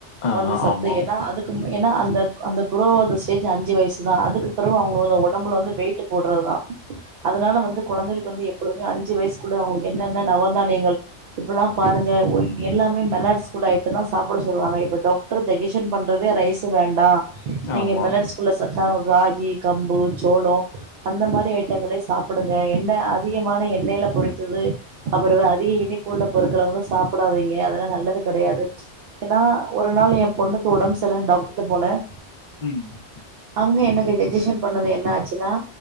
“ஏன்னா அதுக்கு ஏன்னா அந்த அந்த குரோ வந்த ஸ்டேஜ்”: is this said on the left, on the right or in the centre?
Right